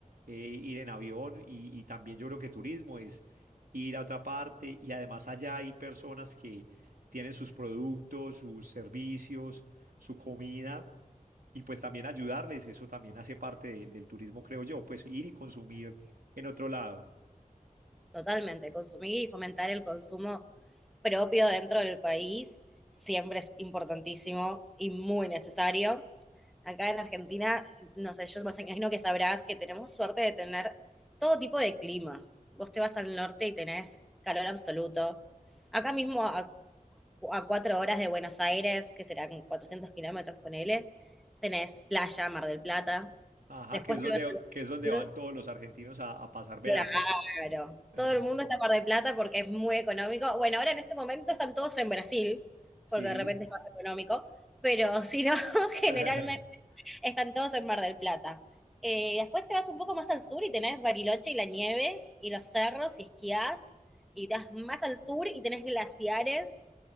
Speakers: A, on the right; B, in the centre.
A: eh, ir en avión y, y también yo creo que turismo es ir a otra parte y además allá hay personas que tienen sus productos, sus servicios, su comida y pues también ayudarles, eso también hace parte de- del turismo, creo yo, pues ir y consumir en otro lado.
B: Totalmente, consumir y fomentar el consumo propio dentro del país siempre es importantísimo y muy necesario. Acá en Argentina, no sé, yo me imagino que sabrás que tenemos suerte de tener todo tipo de clima. Vos te vas al norte y tenés calor absoluto. Acá mismo, a, a cuatro horas de Buenos Aires, que serán 400 kilómetros, ponele, tenés playa, Mar del Plata.
A: Ajá,
B: Después
A: que es
B: te
A: donde,
B: vas al
A: que es donde van todos los argentinos a, a pasar verano.
B: sur, Claro,
A: <laughs>
B: todo el mundo está en Mar del Plata porque es muy económico. Bueno, ahora en este momento están todos en Brasil,
A: Sí.
B: porque de repente es más económico, pero si no, <laughs> generalmente
A: <laughs>
B: están todos en Mar del Plata. Eh, después te vas un poco más al sur y tenés Bariloche y la nieve y los cerros y esquías. Y te vas más al sur y tenés glaciares.